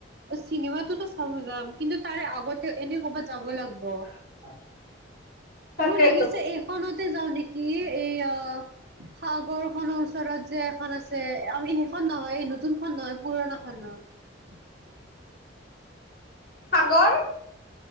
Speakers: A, on the right; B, on the left.
A: চিনেমাটোতো চাব যাম, কিন্তু তাৰে আগত তে এনে কৰ'বাত যাব লাগব।
B: <inaudible> তাকেতো
A: মোৰ লাগিছে এইখনতে যাও নেকি কি এই অ' সাগৰখনৰ ওচৰত যে এখন আছে যে, আমি সেইখন নহয় এই নতুন খন নহয় পুৰণা খনত।
B: সাগৰ?